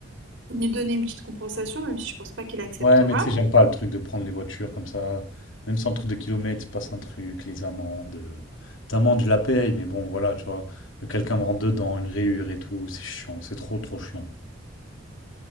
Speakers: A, on the right; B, on the left.
A: lui donner une petite compensation, même si je pense pas qu'il acceptera.
B: Ouais, mais tu sais, j'aime pas le truc de prendre les voitures comme ça. Même sans le truc de kilomètres, il se passe un truc, les amendes. euh, Les amendes, je la paye, mais bon, voilà, tu vois. Quelqu'un me rentre dedans, une rayure et tout, c'est chiant, c'est trop, trop chiant.